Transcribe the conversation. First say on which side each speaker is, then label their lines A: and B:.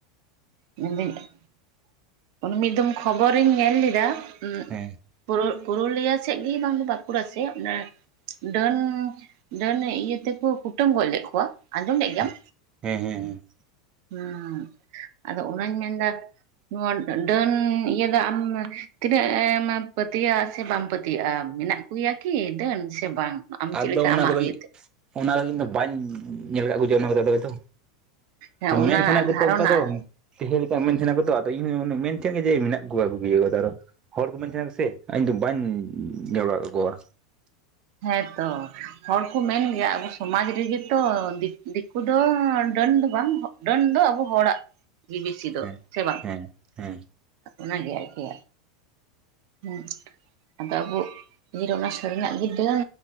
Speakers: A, on the right; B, on the right.
A: ᱢᱮᱱᱫᱟᱹᱧ ᱢᱤᱫ ᱫᱚᱢ ᱠᱷᱚᱵᱚᱨᱤᱧ ᱧᱮᱞ ᱞᱮᱫᱟ ᱩᱸᱜ
B: ᱦᱮᱸ
A: ᱯᱳ-ᱯᱩᱨᱩᱞᱤᱭᱟ ᱥᱮᱜ ᱜᱤ ᱵᱟᱝ ᱵᱟᱸᱠᱩᱲᱟ ᱥᱮᱜ ᱚᱱᱟ ᱰᱟᱹᱱ ᱰᱟᱹᱱ ᱤᱭᱟᱹ ᱛᱮᱠᱚ ᱠᱩᱴᱟᱹᱢ ᱜᱚᱡ ᱞᱮᱜ ᱠᱚᱣᱟ ᱟᱸᱡᱚᱢ ᱞᱮᱜ ᱜᱮᱭᱟᱢ᱾
B: ᱦᱮᱸ ᱦᱮᱸ ᱦᱮᱸ ᱦᱮᱸ᱾
A: ᱦᱩᱸ ᱟᱫᱚ ᱚᱱᱟᱧ ᱢᱮᱱᱫᱟ ᱱᱚᱣᱟ ᱰᱟᱹ-ᱰᱟᱹᱱ ᱤᱭᱟᱹ ᱫᱚ ᱟᱢ ᱛᱤᱱᱟᱹᱜ ᱮᱢ ᱯᱟᱹᱛᱭᱟᱹᱜᱼᱟ ᱥᱮ ᱵᱟᱢ ᱯᱟᱹᱛᱭᱟᱹᱜᱼᱟ? ᱢᱮᱱᱟᱜ ᱮᱭᱟ ᱠᱤ ᱰᱟᱹᱱ ᱥᱮ ᱵᱟᱝ? ᱟᱢ ᱪᱮᱫ
B: ᱟᱫᱚ
A: ᱞᱮᱠᱟ
B: ᱚᱱᱟ
A: ᱟᱢᱟᱜ
B: ᱫᱚ ᱠᱟᱹᱡ
A: ᱤᱭᱟᱹᱛᱮ
B: ᱚᱱᱟ ᱫᱚ ᱤᱧ ᱵᱟᱹᱧ ᱧᱮ-ᱧᱮᱞ ᱠᱟᱜ ᱠᱚ ᱡᱮ ᱚᱱᱟ ᱠᱚᱨᱮ ᱫᱚ ᱦᱚᱭᱛᱚ᱾
A: ᱦᱮᱸ ᱚᱱᱟ
B: ᱢᱮᱱ ᱛᱟᱦᱮᱱᱟ ᱠᱚᱛᱚ
A: ᱫᱷᱟᱨᱚᱱᱟ
B: ᱚᱱᱠᱟ ᱫᱚ᱾
A: ᱟᱨ
B: ᱛᱟᱦᱮᱸ ᱜᱮᱛᱚ ᱢᱮᱱ ᱛᱟᱦᱮᱱᱟ ᱠᱚ ᱛᱚ ᱟᱫᱚ ᱤᱧᱦᱚ ᱚᱱᱟ ᱢᱮᱱ ᱛᱟᱦᱮᱸ ᱡᱮ ᱢᱮᱱᱟᱜ ᱠᱚᱣᱟ ᱟᱵᱚ ᱠᱚ ᱤᱭᱟᱹ ᱨᱮᱫᱚ ᱟᱨᱚ᱾ ᱦᱚᱲ ᱠᱚ ᱢᱮᱱ ᱛᱟᱦᱮᱱᱟ ᱠᱚ ᱥᱮ ᱤᱧᱫᱚ ᱵᱟᱹᱧ ᱧᱮᱞ ᱵᱟᱲᱟ ᱠᱟ ᱠᱚᱣᱟ᱾
A: ᱦᱮᱸᱛᱚ ᱦᱚᱲ ᱠᱩ ᱢᱮᱱ ᱜᱮᱭᱟ ᱟᱵᱚ ᱥᱚᱢᱟᱡᱽ ᱨᱮᱜᱮ ᱛᱚ ᱫᱤᱠᱩ ᱫᱤᱠᱩ ᱫᱚ ᱰᱟᱹᱱ ᱫᱚ ᱵᱟᱝ᱾ ᱰᱟᱹᱱ ᱫᱚ ᱟᱵᱚ ᱦᱚᱲᱟᱜ ᱜᱤ ᱵᱮᱥᱤ ᱫᱚ
B: ᱦᱮᱸ
A: ᱥᱮ ᱵᱟᱝ?
B: ᱦᱮᱸ ᱦᱮᱸ
A: ᱚᱱᱟ ᱜᱮ ᱟᱨᱠᱤ᱾ ᱦᱩᱸ ᱟᱫᱚ ᱟᱵᱚ ᱤᱭᱟᱹ ᱨᱮ ᱚᱱᱟ ᱥᱟᱹᱨᱤᱱᱟᱜ ᱜᱮ ᱰᱟᱹᱱ